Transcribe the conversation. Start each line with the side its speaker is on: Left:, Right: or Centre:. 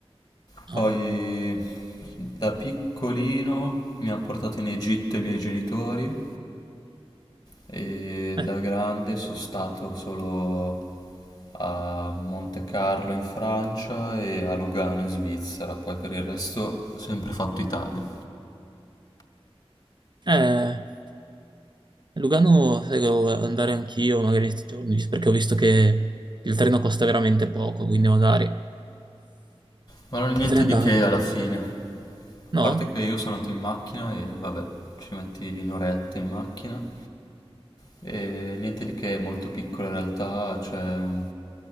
Right: Ah,
Left: Poi da piccolino mi hanno portato in Egitto i miei genitori e
Right: eh.
Left: da grande sono stato solo a Monte Carlo in Francia e a Lugano in Svizzera, poi per il resto sempre fatto Italia.
Right: Eh, Lugano, sai, che devo andare anch'io magari questi giorni, visto- perché ho visto che il treno costa veramente poco, quindi magari
Left: Ma non è niente
Right: potrei andare.
Left: di che alla fine. A
Right: No?
Left: parte che io sono andato in macchina e vabbè, ci metti un'oretta in macchina. E niente di che, è molto piccola in realtà, c'è un,